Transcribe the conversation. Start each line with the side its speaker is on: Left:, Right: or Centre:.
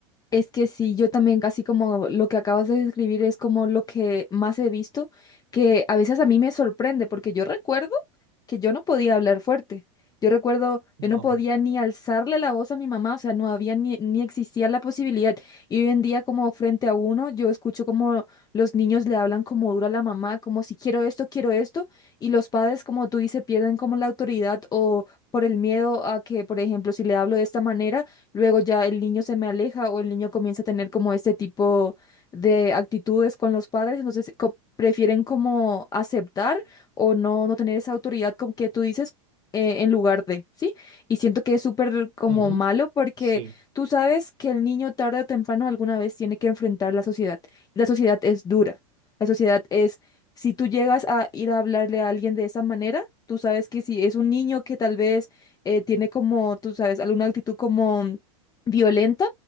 Left: Es que sí, yo también casi como lo que acabas de describir es como lo que más he visto, que a veces a mí me sorprende, porque yo recuerdo que yo no podía hablar fuerte. Yo recuerdo,
Right: No.
Left: yo no podía ni alzarle la voz a mi mamá, o sea, no había ni, ni existía la posibilidad. Y hoy en día como frente a uno, yo escucho como los niños le hablan como duro a la mamá, como si quiero esto, quiero esto, y los padres, como tú dices, pierden como la autoridad o por el miedo a que, por ejemplo, si le hablo de esta manera luego ya el niño se me aleja o el niño comienza a tener como este tipo de actitudes con los padres, entonces co- prefieren como aceptar o no, no tener esa autoridad con que tú dices eh, en lugar de, ¿sí? Y siento que es súper como
Right: Ujú,
Left: malo porque
Right: Sí.
Left: tú sabes que el niño tarde o temprano alguna vez tiene que enfrentar la sociedad. La sociedad es dura, la sociedad es... Si tú llegas a ir a hablarle a alguien de esa manera, tú sabes que si es un niño que tal vez eh, tiene como, tú sabes, alguna actitud como violenta